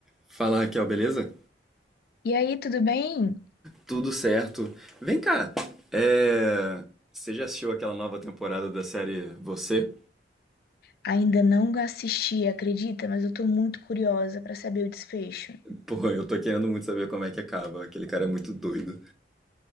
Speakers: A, in the centre; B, on the left (about 55°).
A: Fala Raquel, beleza?
B: E aí, tudo bem?
A: Tudo certo. Vem cá, é... você já assistiu aquela nova temporada da série Você?
B: Ainda não assisti, acredita? Mas eu tô muito curiosa pra saber o desfecho.
A: Pô, eu tô querendo muito saber como é que acaba, aquele cara é muito doido.